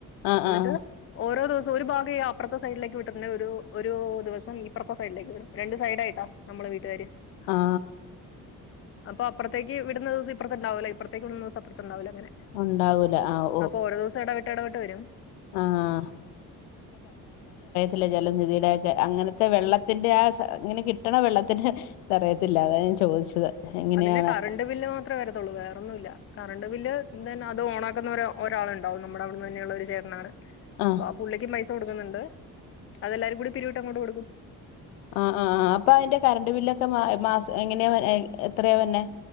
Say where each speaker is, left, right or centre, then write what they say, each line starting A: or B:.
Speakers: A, on the left (about 70°); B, on the left (about 30°).
A: ആ ആ
B: എന്നിട്ട് ഓ ഓരോ ദിവസം ഒരു ഭാഗം ഈ അപ്പ്റത്താ സൈഡിലേക്ക് വിട്ടിട്ട്ണ്ടെ ഒരു ഒരു ദിവസം ഇപ്പ്റത്താ സൈഡിലേക്ക് വിടും രണ്ട് സൈഡായിട്ട നമ്മള് വീട്ടുകാര്
A: ആ ആ
B: അപ്പൊ അപ്പ്റത്തേക്ക് വി ടുന്ന ദിവസം ഇപ്പ്റത്ത് ഉണ്ടാവൂല ഇപ്പ്റത്തേക്ക് വിടുന്ന ദിവസം അപ്പ്റത്ത് ഉണ്ടാവൂല അങ്ങനാ
A: ഉണ്ടാവൂല ആഹ്
B: അപ്പൊ ഓരോ ദിവസം ഇടവിട്ട് ഇടവിട്ട് വരും
A: ആഹ് ല്ല ജലനിധിയുടെക്കെ അങ്ങനത്തെ വെള്ളത്തിന്റെ ആഹ് സ ഇങ്ങനെ കിട്ടണ വെള്ളത്തിന്റെ ഇത് അറിയത്തില്ല അതാ ഞാൻ ചോദിച്ചത് എങ്ങനെയാണ്
B: അതിന്റെ കറണ്ട് ബില്ല് മാത്രേ വരത്തുള്ളൂ വേറൊന്നുല്ല കറണ്ട് ബില്ല് എന്തന്നെ അത് ഓണാക്കുന്ന ഒര് ഒരാൾണ്ടാവും നമ്മുടെ അവിടുന്ന് തന്നെയുള്ള ഒരു ചേട്ടനാണ്
A: ആഹ്
B: ബാ പുള്ളിക്കും പൈസ് കൊടുക്കുന്നുണ്ട് അതെല്ലാരും കൂടി പിരിവിട്ട് അങ്ങോട്ട് കൊടുക്കും
A: ആഹ് ആഹ് ആഹ് അപ്പൊ അതിന്റെ കറണ്ട് ബില്ലൊക്കെ മാ മാസം എങ്ങനെയാ എഹ് എത്രയാ വരണേ